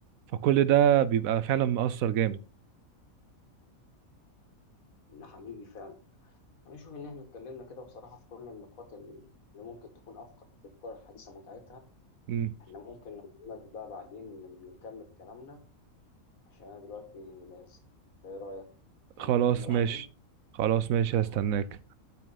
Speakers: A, on the right; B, on the left.
A: فكل ده بيبقى فعلا مؤثر جامد
B: ده حقيقي فعلا انا اشوف ان احنا اتكلمنا كده بصراحه في كل النقاط اللي ممكن تكون افقد في الكره الحديثه متعتها
A: امم
B: احنا ممكن نكمل بقى بعدين نكمل كلامنا عشان انا دلوقتي نازل إنت ايه رايك
A: خلاص
B: نكمل كلامنا بعدين
A: ماشي خلاص ماشي هستناك
B: خلاص